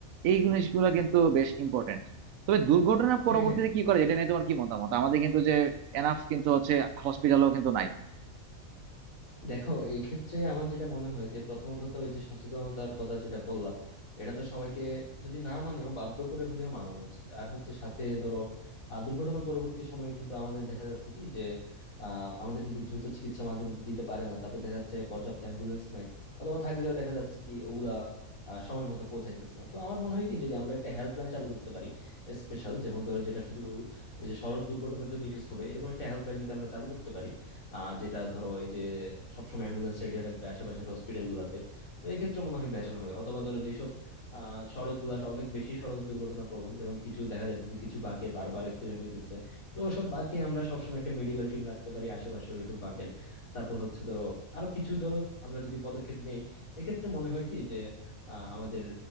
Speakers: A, on the right (about 75°); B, on the left (about 80°).
A: এই জিনিসগুলো কিন্তু বেশ ইম্পর্টেন্ট তবে দুর্ঘটনার পরবর্তীতে
B: হ্যাঁ হ্যাঁ
A: কি করে যেটা নিয়ে তোমার কি মতামত আমাদের কিন্তু যে এনাফ কিন্তু হচ্ছে হসপিটালও কিন্তু নাই
B: দেখো এই ক্ষেত্রে আমার যেটা মনে হয় যে প্রথমত তো ওই যে সচেতনতার কথা যেটা বললাম এটা তো সবাইকে যদি না মানেও বাধ্য করে হলেও মানানো উচিত আর হচ্ছে সাথে ধরো আহ, দুর্ঘটনা পরবর্তী সময়ে কিন্তু আমাদের দেখা যাচ্ছে কি যে আহ আমাদের কিন্তু দ্রুত চিকিৎসা মাঝে মধ্যে দিতে পারে না তারপর দেখা যাচ্ছে পর্যাপ্ত অ্যাম্বুলেন্স নাই অথবা থাকলেও দেখা যাচ্ছে কি ওগুলা আহ, সময় মতো পৌঁছাইতেছে না তো আমার মনে হয় কি যদি আমরা একটা হেল্পলাইন চালু করতে পারি স্পেশাল যেমন ধরো যেটা শুধু এই যে সড়ক দুর্ঘটনার জন্য ইউজ হবে এরকম একটা হেল্পলাইন যদি আমরা চালু করতে পারি আহ, যেটা ধরো এই যে সবসময় অ্যাম্বুলেন্স রেডি রাখবে আশেপাশের হসপিটাল গুলাতে তো এই ক্ষেত্রে মনে হয় বেটার হয় অথবা ধরো যেসব আহ সড়ক গুলা অনেক বেশি সড়ক দুর্ঘটনা প্রবণ যেমন কিছু দেখা যাইতেছে কিছু বাঁকে বারবার অ্যাক্সিডেন্ট হইতেছে তো ওসব বাঁকে আমরা সবসময় একটা মেডিকেল টিম রাখতে পারি আশেপাশে ওইসব বাঁকের তারপর হচ্ছে ধরো আরো কিছু ধরো আমরা যদি পদক্ষেপ নেই এক্ষেত্রে মনে হয় কি যে আহ, আমাদের